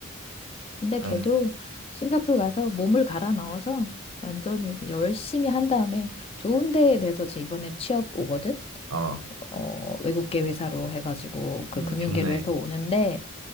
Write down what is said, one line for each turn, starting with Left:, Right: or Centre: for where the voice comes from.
Left: 근데
Right: 아,
Left: 걔도 싱가포르 가서 몸을 갈아 넣어서 완전히 열심히 한 다음에 좋은 데에 대해서 지금 이번에 취업 오거든?
Right: 어,
Left: 어, 외국계 회사로 해가지고 그
Right: 음,
Left: 금융계로
Right: 좋네
Left: 해서 오는데,